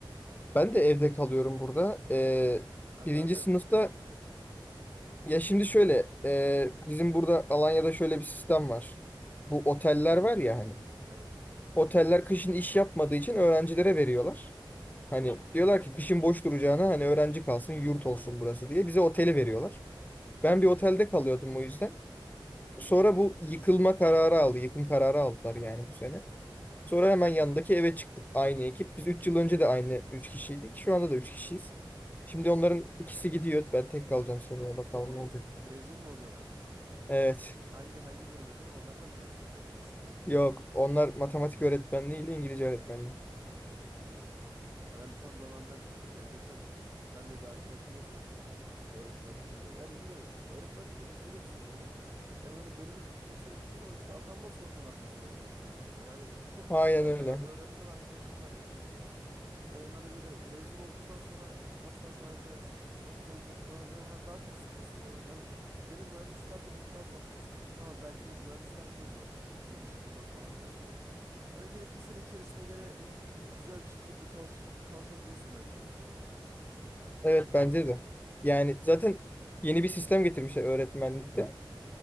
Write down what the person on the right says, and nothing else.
Ha,
zaten
demiştin evet.
Evet.
Hmm,
Hı hı.
hı.
Şey me-
mezun mu oluyorlar?
Hangi hangi bölüm okuyorlar? Onlardan mı mühendislik öğrencisi.
Hmm. Herhalde tam zamanında bitiriyorlar. Yani geçen ben de bir arkadaşımla konuşmuştum öğretmenlikte de. Yani bilmiyorum. Öğretmenlikte de şöyle bir sorun var. Yani hani bölümü bitirmesine bitiriyorsun ama işte atanma sorunu var mesela öğretmenlikte de. Yani çok mesela
ö- öğretmen arkadaşım var benim mesela. Yani hani böyle mezun olduktan sonra nasıl atanacağız, nasıl olacak falan. Yani hani daha çok stres oluyor bence. Hani gene mühendislerde bu biraz daha az. Tamam belki mühendislerde de zor. Hani iş bulmak falan biraz ama hani gene bir sene içerisinde gene y- güzel bir şirkette çalış çalışabiliyorsun bence yani.